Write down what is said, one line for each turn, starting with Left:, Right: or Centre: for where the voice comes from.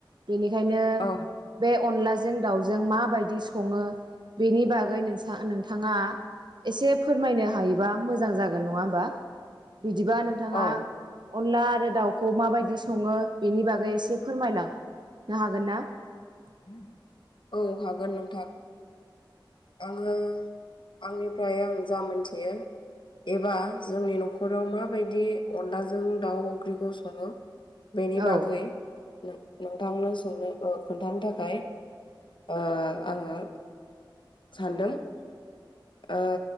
Right: बेनिखायनो
Left: औ
Right: बे अनलाजों दाउजों माबायदि सङो बेनि बागै नोंसा नोंथाङा एसे फोरमायनो हायोबा मोजां जागोन नङा होमबा बिदिबा नोंथाङा
Left: औ
Right: अनला आरो दाउखौ माबायदि सङो बेनि बागै एसे फोरमायलां नो हागोन ना?
Left: <inaudible> औ हागोन नोंथां आङो आंनिफ्राय आं जा मोनथियो एबा जोंनि न'खराव माबायदि अनलाजों दाउ ओंख्रिखौ सङो बेनि बागै
Right: औ
Left: नोंथांनो सोंनो खोन्थानो थाखाय ओ आङो सानदों ओ